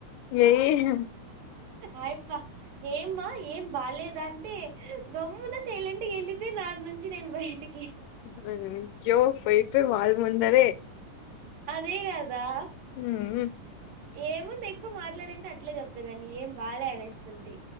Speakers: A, on the left (about 80°); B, on the right (about 90°).
A: ఏయ్
B: అయప్ప ఏమ్ మ్మా ఏం బాలేదా అంటే గమ్మున సైలెంట్ వెళ్ళిపోయిన ఆటి నుంచి నేను బయటికి
A: <unintelligible> జ్యో పోయిపోయి వాల్ ముందరే
B: అదే గదా
A: మ్ మ్మ్
B: ఏముంది ఎక్కువ మాట్లాడింటే అట్ ట్లే చెప్పేదాన్ని ఏం బాలే అనేస్తుంటి.